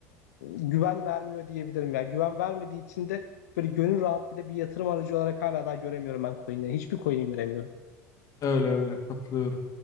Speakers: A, on the left (about 80°); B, on the left (about 45°).
A: güven vermiyor diyebilirim ya. Güven vermediği için de böyle gönül rahatlığıyla bir yatırım aracı olarak hala daha göremiyorum ben coinleri. Hiçbir coin'i göremiyorum.
B: Öyle öyle katılıyorum.